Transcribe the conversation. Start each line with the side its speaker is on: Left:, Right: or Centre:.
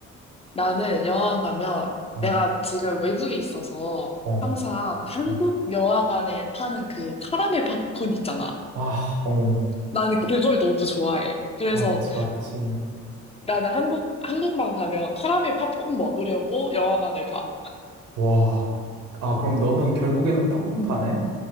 Left: 나는 영화관 가면
Right: 어,
Left: 내가 지금 외국에 있어서
Right: 어,
Left: 항상 한국
Right: 어.
Left: 영화관에 파는 그 카라멜 팝콘 있잖아.
Right: 아, 어.
Left: 나는 그걸 너무 좋아해. 그래서
Right: 맞지, 맞지.
Left: 나는 한국, 한국만 가면 카라멜 팝콘 먹으려고 영화관을 가.
Right: 와. 아, 그럼 너는 결국에는 팝콘파네?